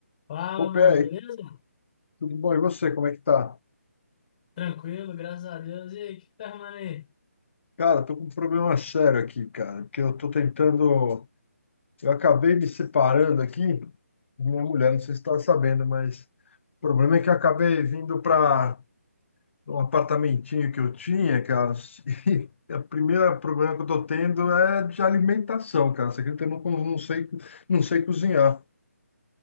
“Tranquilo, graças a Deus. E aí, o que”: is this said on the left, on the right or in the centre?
Left